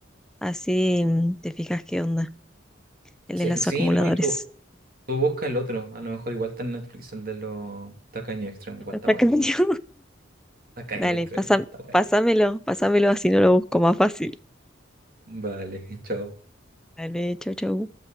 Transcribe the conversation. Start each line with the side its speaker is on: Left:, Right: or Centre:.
Centre: Así mm, te fijas qué onda. El
Right: sí,
Centre: de los
Right: sí,
Centre: acumuladores.
Right: ¿no? Y tú, tú busca el otro. A lo mejor igual está en Netflix, el de los tacaños extremos. Igual
Centre: Lo
Right: está
Centre: sacan
Right: bueno.
Centre: <laughs> yo.
Right: Tacaño
Centre: Dale,
Right: extremo,
Centre: pasa,
Right: está bueno.
Centre: pásamelo, pásamelo así no lo busco más fácil.
Right: Vale, <laughs> chao.
Centre: Dale, chau, chau.